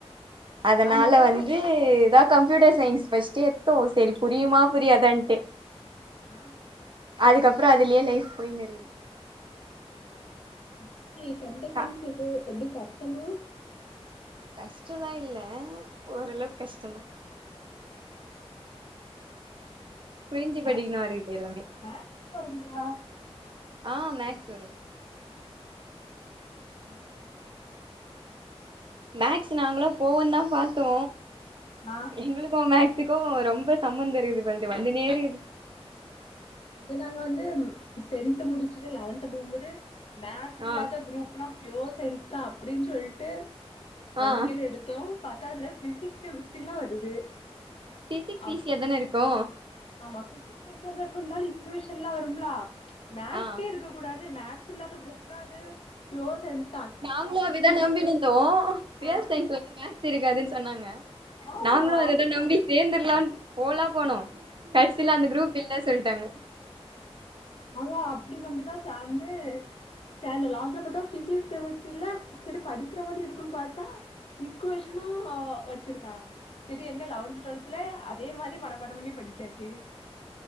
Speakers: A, on the right; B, on the left.
A: அதனால
B: நா மொதல்ல
A: வந்து து தா கம்ப்யூட்டர் சய்ன்ஸ் ஃபஸ்ட்டு எட்த்தோ செரி புரியுமா புரியாதான்ட்டு
B: ஆ
A: அதுக்கப்றோ அதுலயே லைஃப் போய்னு இர்க்குது
B: ஃபஸ்ட்டு கம்புட்டர்
A: க
B: சய்ன்ஸ் இப்போ எப்டி கஷ்டமா
A: கஷ்டோலா இல்ல ஓரளவுக் கஷ்டோ தா புரிஞ்சு படிக்கணு
B: மேக்ஸ்
A: அதுல் இர்க்க எல்லாமே
B: மேக்ஸ் வரும்லா
A: ஆ மேக்ஸ் வரு
B: <inaudible>
A: மேக்ஸ் நாங்களு போவோ தா பாத்தோ
B: ஆ
A: எங்ளுக்கு மேக்ஸ் ஸுக்கு ரொம்ப சம்மந்தொ இர்க்குது பல்து வந்துனேர்க்குத்
B: இது நாங்க வந்து டென்த்து முடுச்சுட்டு லவன்த் போகும்போது மேக்ஸ்
A: ஆ
B: இல்லாத குரூப்னா ப்யோர் சயின்ஸ் தா அப்டின்னு சொல்ட்டு
A: ஆ
B: நம்பிக்கைல எடுத்தோ பாத்தா அதுல பிசிக்ஸ் கெமிஸ்ட்ரி ல்லா வருது
A: பிசிக்ஸ்
B: அப்-
A: ஈசியாதான இருக்கு
B: ஆமா பிசிக்ஸ் ஈசியாதா இருக்கு இருந்தாலு இக்வேஷன்லா வரும்லா மேக்ஸே
A: ஆ
B: இருக்க கூடாது மேக்ஸ் இல்லாத குரூப்னா அது ப்யோர் சய்ன்ஸ்
A: நாங்ளு அபிதா நம்பினுர்ந்தோ ப்யொர்
B: ஆ
A: சயின்ஸ்ல மேக்ஸ் இருக்காதுன் சொன்னாங்க
B: ஆமா
A: நாங்களு அத நம்பி சேர்ந்துர்லான் போலா போனோ கட்சில அந்த குரூப் இல்ல சொல்ட்டாங்க
B: ஆ அப்டி நம்பிதா சேந்து சேந்த லாஸ்ட்ல பாத்தா பிசிக்ஸ் கெமிஸ்ட்ரில செரி படிக்குற மாரி இருக்குன் பாத்தா இக்குவேஷன் ஆ வச்சுருக்கா செரி என்ன லவன்த் ட்வெல்த்ல அதே மாரி மனப்பாடொ பண்ணி படுச்சாச்சு